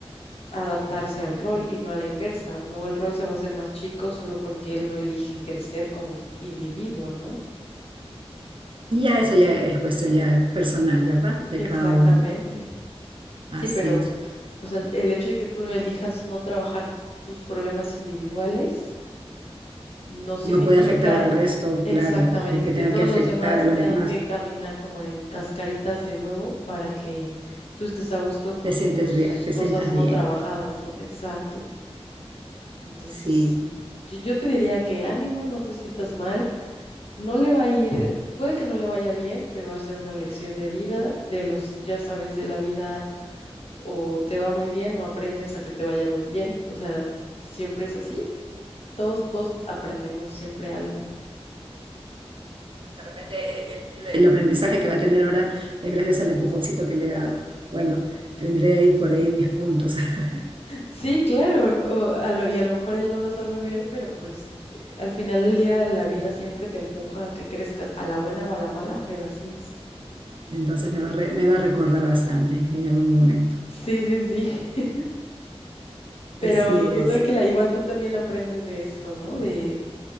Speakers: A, on the left (about 65°); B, on the right (about 55°).
A: adaptarse al rol y no a la inversa. No el rol se va a hacer más chico solo porque él no elige crecer como individuo, ¿no?
B: Y ya eso ya es cuestión ya personal, ¿verdad? De
A: Exactamente.
B: cada uno. Así
A: Sí, pero
B: es.
A: o sea, el hecho de que tú no elijas no trabajar tus problemas individuales no significa
B: No puede afectar al resto,
A: exactamente
B: claro, que, que
A: que
B: tenga
A: todos
B: que afectar
A: los demás
B: a los
A: tengan
B: demás.
A: que caminar como en cascaritas de huevo para que tú estés a gusto con
B: Te sientes
A: tus
B: bien, te
A: cosas
B: sientas
A: no
B: bien.
A: trabajadas, ¿no? Exacto. Entonces,
B: Sí.
A: sí, yo, yo te diría que ánimo, no te sientas mal, no le va a ir, puede que no le vaya bien, pero va a ser una lección de vida, de los, ya sabes, de la vida, o te va muy bien o aprendes a que te vaya muy bien, o sea, siempre es así, todos, todos aprendemos siempre algo.
B: De repente eh, el, el aprendizaje que va a tener ahora es gracias al empujoncito que le he dado. Bueno, tendré ahí
A: Sí,
B: por ahí mis puntos. <laughs>
A: Sí, claro, o a lo- y a lo mejor él no lo sabe ver, pero pues eh, al final del día la vida siempre te empuja a que crezcas a la buena o a la mala, pero así es.
B: Entonces me va a, re- me va a recordar bastante en algún momento.
A: Sí, sí, sí. <laughs> Pero
B: Así es.
A: tú tranquila, igual tú también aprendes de esto, ¿no? De